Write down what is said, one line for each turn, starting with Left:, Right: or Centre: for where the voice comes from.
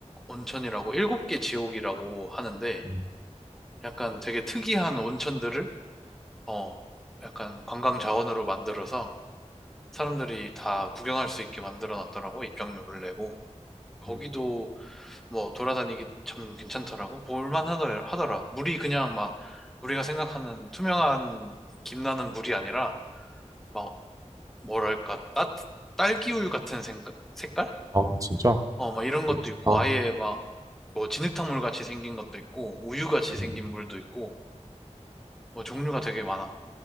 Centre: 온천이라고, 일곱 개 지옥이라고 하는데,
Right: 음,
Centre: 약간 되게 특이한 온천들을, 어, 약간 관광 자원으로 만들어서 사람들이 다 구경할 수 있게 만들어 놨더라고, 입장료를 내고. 거기도
Right: 음.
Centre: 뭐 돌아다니기 참 괜찮더라고. 볼만 하더, 하더라. 물이 그냥 막 우리가 생각하는 투명한 김나는 물이 아니라 막 뭐랄까, 따, 딸기우유 같은 생, 색깔?
Right: 아, 진짜?
Centre: 어, 막 이런 것도
Right: 오, 좋다.
Centre: 있고, 아예 막 뭐 진흙탕물 같이 생긴 것도 있고, 우유 같이
Right: 음.
Centre: 생긴 물도 있고, 뭐 종류가 되게 많아.